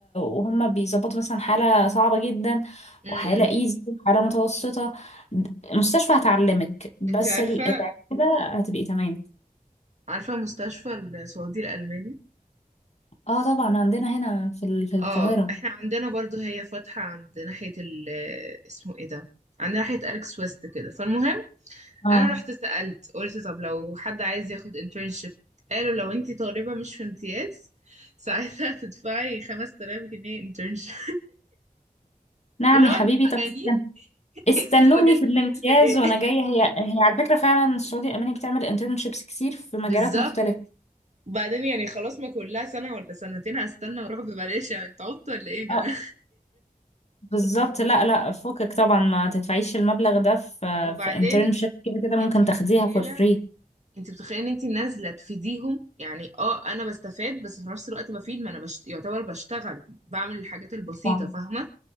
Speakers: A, on the left; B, on the right.
A: وهم بيظبطوا مثلا حالة صعبة جدا
B: امم
A: وحالة ايزي وحالة متوسطة المستشفى هتعلمك بس
B: انت عارفة
A: ال- العيادة كده هتبقي تمام
B: عارفة مستشفى السعودي الألماني
A: اه طبعا عندنا هنا في ال- في القاهرة
B: اه احنا عندنا برضو هي فاتحة عند ناحية ال اسمه ايه ده عند ناحية أليكس ويست كده فالمهم
A: اه
B: انا رحت سألت قلت طب لو حد عايز ياخد internship قالوا لو انتي طالبة مش في امتياز ساعتها تدفعي 5000 جنيه internship <laughs>
A: نعم
B: لو
A: يا
B: انت
A: حبيبي طب
B: مجانين
A: استن-
B: <laughs>
A: استنوني
B: انتوا مجانين
A: في الامتياز
B: ولا ايه
A: وانا جاية هي هي على فكرة فعلا السعودية الألمانية بتعمل انترنشيبس كتير
B: <laughs>
A: في مجالات
B: بالظبط
A: مختلفة
B: وبعدين يعني خلاص ما كلها سنة ولا سنتين هستنى واروح ببلاش يعني انتوا عبط ولا ايه يا جماعة
A: اه بالظبط لا لا فكك طبعا ما تدفعيش المبلغ ده في
B: <laughs> وبعدين
A: في internship كده كده ممكن
B: انت متخيلة
A: تاخديها for free
B: انت متخيله ان انت نازله تفيديهم يعني اه انا بستفاد بس في نفس الوقت بفيد ما انا بشت... يعتبر بشتغل بعمل الحاجات البسيطه
A: طبعا
B: فاهمه